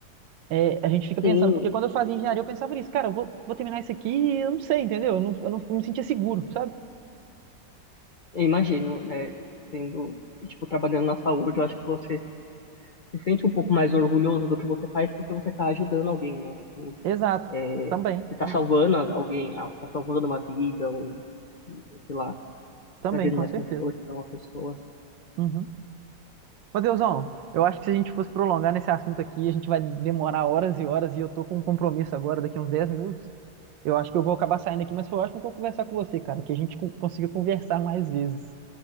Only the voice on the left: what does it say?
Sim,
eu imagino, né, sendo, tipo, trabalhando na saúde, eu acho que você se sente um pouco mais orgulhoso do que você faz porque você está ajudando alguém, né? Tipo,
é,
você tá
salvando alguém, ah, tá salvando uma vida, ou sei lá,
trazendo
mais
conforto pra uma pessoa.